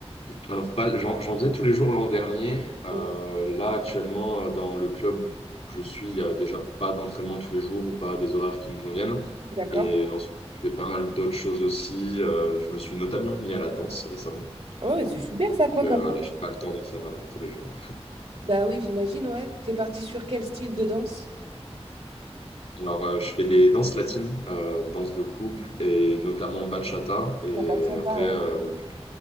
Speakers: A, on the left (about 75°); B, on the right (about 70°).
A: alors pas, j'en, j'en faisais tous les jours l'an dernier. Euh,
B: Mhm.
A: là, actuellement, euh, dans le club où je suis, il y a déjà pas d'entraînement tous les jours ou pas des horaires qui me conviennent.
B: D'accord.
A: Et en ce moment, je fais pas mal d'autres choses aussi. Euh, je me suis notamment mis à la danse récemment.
B: Oh, mais c'est super ça,
A: Donc
B: quoi,
A: euh,
B: comme.
A: voilà, j'ai pas le temps de faire euh, tous les jours.
B: Bah oui, j'imagine, ouais. T'es parti sur quel style de danse?
A: Alors euh, je fais des danses latines, euh, danses de couple et notamment bachata. Et
B: Pour Bachata,
A: après,
B: ouais.
A: euh, vu